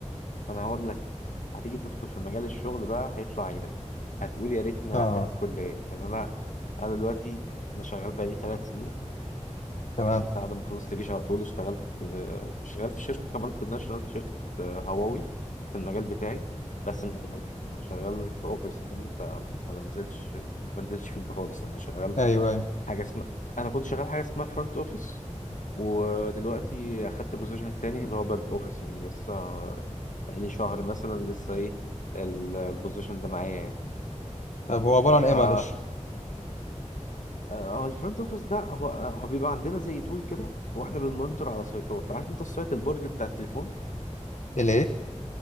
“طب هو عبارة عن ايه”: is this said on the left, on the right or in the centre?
Left